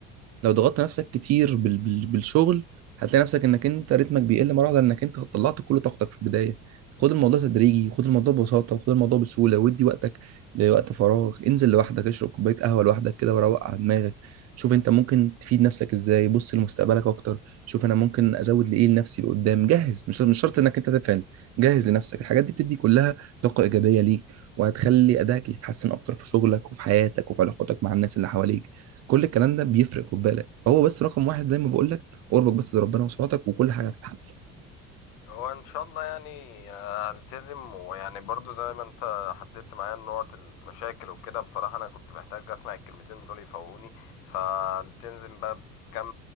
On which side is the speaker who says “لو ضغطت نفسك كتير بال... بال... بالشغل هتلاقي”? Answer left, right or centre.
Right